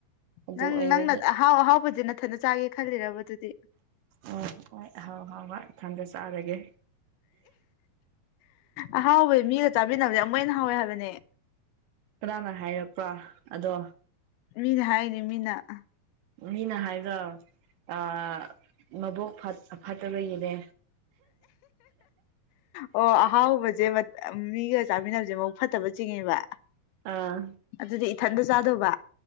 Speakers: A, on the right (about 70°); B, on the left (about 85°).
A: ꯑꯗꯨ
B: ꯅꯪ
A: ꯑꯣꯏꯕꯒꯤ
B: ꯅꯪꯅ ꯑꯍꯥꯎ ꯑꯍꯥꯎꯕꯗꯤ ꯅꯅꯥꯊꯅ ꯆꯥꯒꯦ ꯈꯜꯂꯤꯔꯕ ꯑꯗꯨꯗꯤ
A: ꯑꯣ ꯍꯣꯏ ꯍꯥꯎ ꯍꯥꯎ ꯍꯣꯏꯊꯟꯗ ꯆꯠꯔꯒꯦ
B: ꯑꯍꯥꯎꯕꯗꯤ ꯃꯤꯒ ꯆꯃꯤꯟꯅꯕꯁꯦ ꯑꯃꯨꯛ ꯍꯦꯟꯅ ꯍꯥꯎꯋꯦ ꯍꯥꯏꯕꯅꯦ
A: ꯀꯅꯥꯅ ꯍꯥꯏꯔꯛꯄ꯭ꯔꯥ ꯑꯗꯣ
B: ꯃꯤꯅ ꯍꯥꯏꯅꯤ ꯃꯤꯅ
A: ꯃꯤꯅ ꯍꯥꯏꯕ꯭ꯔꯥ ꯑ ꯃꯕꯣꯛ ꯐꯠ ꯐꯠꯇꯕꯒꯤꯅꯦ
B: ꯑꯣ ꯑꯍꯥꯎꯕꯁꯦ ꯃꯤꯒ ꯆꯥꯃꯤꯟꯅꯕꯁꯦ ꯃꯕꯨꯛ ꯐꯠꯇꯕ ꯆꯤꯡꯉꯦꯕ
A: ꯑꯥ
B: ꯑꯗꯨꯗꯤ ꯏꯊꯟꯇ ꯆꯥꯗꯧꯕ